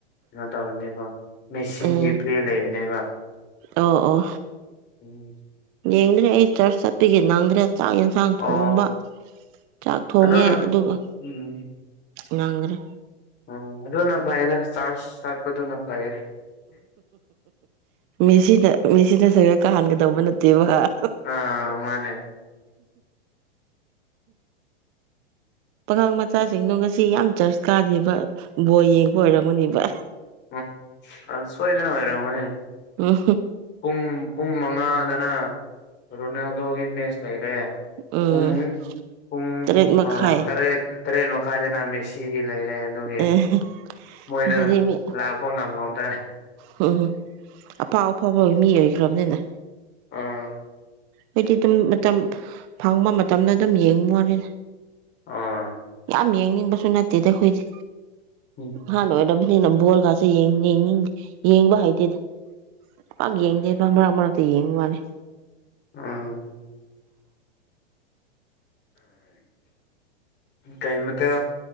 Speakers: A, on the left (about 35°); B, on the right (about 40°).
A: ꯀꯩꯅꯣ ꯇꯧꯔꯅꯦꯕꯣ ꯃꯦꯁꯤꯒꯤ
B: ꯎꯝ
A: ꯄ꯭ꯂꯦ ꯂꯩꯕꯅꯦꯕ
B: ꯑꯣ ꯑꯣ
A: ꯎꯝ
B: ꯌꯦꯡꯗ꯭ꯔꯦ ꯑꯩ ꯆꯔꯆ ꯆꯠꯄꯤꯒꯤ ꯅꯪꯗ꯭ꯔꯦ ꯆꯥꯛ ꯌꯦꯟꯁꯥꯡ
A: ꯑꯣ
B: ꯊꯣꯡꯕ ꯆꯥꯛ ꯊꯣꯡꯉꯦ
A: ꯑꯗꯨꯅ
B: ꯑꯗꯨꯒ
A: ꯎꯝ
B: ꯉꯪꯈ꯭ꯔꯦ
A: ꯑꯣ ꯑꯗꯨꯅ ꯐꯥꯏꯩꯅ ꯆ ꯆꯠꯄꯗꯨꯅ ꯐꯩꯌꯦ
B: ꯎꯁꯤꯅ ꯃꯤꯁꯤꯅ ꯁ ꯀꯥ ꯍꯟꯒꯗꯧꯕ ꯅꯠꯇꯦꯕ <inaudible>
A: ꯑꯥ ꯃꯥꯅꯦ
B: ꯄꯥꯈꯪ ꯃꯆꯥꯁꯤꯡꯗꯣ ꯉꯁꯤ ꯌꯥꯝ ꯆꯔꯁ ꯀꯥꯗꯦꯕ ꯕꯣꯏ ꯌꯦꯡꯕ ꯑꯣꯏꯔꯝꯃꯅꯦꯕ
A: ꯎꯝ ꯑꯗꯨ ꯁꯣꯏꯗꯅ ꯑꯣꯏꯔ ꯃꯅꯦ
B: ꯎꯝ
A: ꯄꯨꯡ ꯄꯨꯡ ꯃꯉꯥꯗꯅ ꯔꯨꯅꯥꯗꯒꯤꯅꯦꯦꯁ ꯂꯩ
B: ꯎꯝ
A: ꯄꯨꯡ ꯄꯨꯡ
B: ꯇꯔꯦꯠ ꯃꯈꯥꯏ
A: ꯇꯔꯦ ꯇꯔꯦꯠ ꯃꯈꯥꯏꯗꯅ ꯃꯦꯁꯤꯒꯤ ꯂꯩ ꯑꯗꯨꯒꯤ
B: ꯑꯦ
A: ꯃꯣꯏꯗ
B: ꯉꯁꯤꯗꯤ ꯃꯤ
A: ꯂꯥꯛꯄ ꯉꯝꯍꯧꯗ꯭ꯔꯦ
B: ꯎꯝ ꯑꯐꯥꯎ ꯑꯐꯥꯎ ꯐꯥꯎꯕ ꯃꯤ ꯑꯣꯏꯈ꯭ꯔꯕꯅꯤꯅ
A: ꯑꯥ
B: ꯑꯩꯗꯤ ꯑꯗꯨꯝ ꯃꯇꯝ ꯐꯪꯕ ꯃꯇꯝꯗ ꯑꯗꯨꯝ ꯌꯦꯡꯉꯣꯅꯤ
A: ꯑ
B: ꯌꯥꯝ ꯌꯦꯡꯅꯤꯡꯕꯁꯨ ꯅꯠꯇꯦꯗ ꯑꯩꯈꯣꯏꯗꯤ
A: ꯎꯝ
B: ꯍꯥꯟ ꯑꯣꯏꯗꯝ ꯅ ꯕꯣꯣꯔꯒꯥꯁꯦꯡ ꯌꯦꯡꯕ ꯍꯩꯇꯦꯗ ꯄꯥꯛ ꯌꯦꯡꯗꯦꯕ ꯃꯔꯛ ꯃꯔꯛꯇ ꯌꯦꯡꯉꯨ ꯃꯥꯅꯤ
A: ꯎꯝ ꯀꯩꯃꯇ